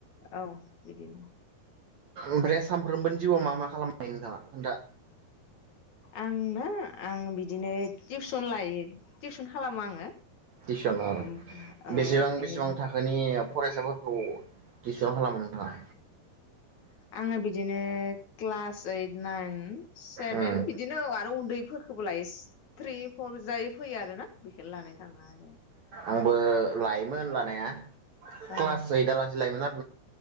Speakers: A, on the left; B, on the right.
A: औ बिदिनो
B: ओमफ्राय सामफ्रोमबोनि जिउआव मा मा खालामायो नोंथाङा दा
A: आं ना आं बिदि बिदिनो टिउसन लायो टिउसन खालामो आङो
B: टिउसन औ
A: ओमफ्राय
B: बेसेबां
A: बेनिफ्राय
B: बेसेबां थाखोनि फरायसाफोरखौ बेसेबां खालामो नोंथाङा?
A: आङो बिदिनो क्लास ओइथ नाइन सेभेन
B: उम
A: बिदिनो औ आरो उन्दै गोबोलाय थ्रि फर जायै फैयो आरो ना बेखौनो लानाय थाङो आरो
B: आंबो लायोमोन लानाया
A: औ
B: क्लास ओइदा लासै लायो आरोना